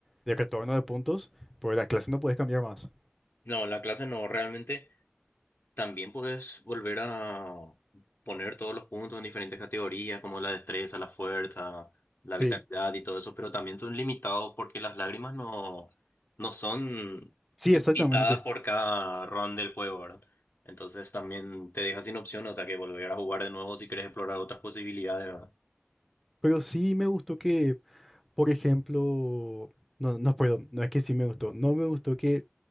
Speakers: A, in the centre; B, on the left (about 55°).
A: de retorno de puntos, pero la clase no puedes cambiar más.
B: no, la clase no, realmente también puedes volver a poner todos los puntos en diferentes categorías, como la destreza, la fuerza, la vitalidad
A: Sí,
B: y todo eso, pero también son limitados porque las lágrimas no, no son
A: sí,
B: limitadas
A: exactamente.
B: por cada run del juego, ¿verdad? Entonces también te deja sin opción, o sea que volver a jugar de nuevo si quieres explorar otras posibilidades, ¿verdad?
A: Pero sí me gustó que, por ejemplo, no, no, perdón, no es que sí me gustó, no me gustó que